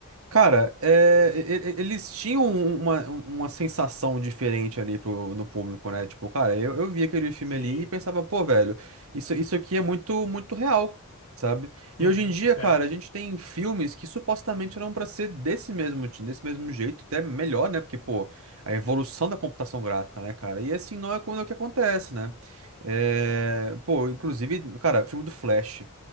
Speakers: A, on the right; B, on the left.
A: Cara, é, e- e- eles tinham um, uma, uma sensação diferente ali pro, no público, né? Tipo, cara, eu, eu vi aquele filme
B: Sim.
A: ali e pensava, pô, velho, isso, isso aqui é muito, muito real, sabe? E
B: Uhum,
A: hoje em dia,
B: é.
A: cara, a gente tem filmes que supostamente eram pra ser desse mesmo, ti- desse mesmo jeito, até melhor, né? Porque, pô, a evolução da computação gráfica, né, cara? E assim não é quando é o que acontece, né? É, pô, inclusive, cara, o filme do Flash.